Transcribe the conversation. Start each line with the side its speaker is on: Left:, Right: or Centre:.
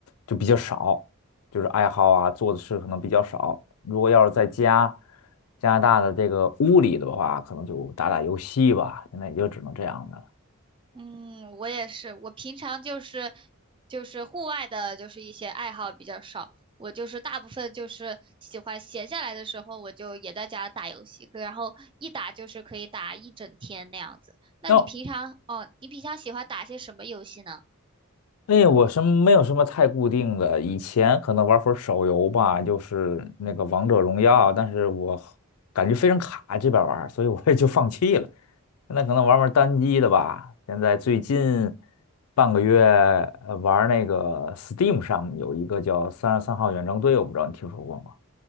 Left: 就比较少，就是爱好啊，做的事可能比较少。如果要是在家加拿大的这个屋里的话，可能就打打游戏吧。现在也就只能这样的了。
Right: 嗯，我也是，我平常就是就是户外的，就是一些爱好比较少。我就是大部分就是喜欢闲下来的时候，我就也在家打游戏，然后一打就是可以打一整天那样子。那你平常哦，
Left: 那
Right: 你平常喜欢打些什么游戏呢？
Left: 哎，我什么没有什么太固定的，以前可能玩会儿手游吧，就是那个王者荣耀，但是我感觉非常卡这边玩儿所以我也就放弃了。现在可能玩玩单机的吧。现在最近半个月呃玩儿那个 Steam 上有一个叫《三十三号远征队》，我不知道你听说过吗？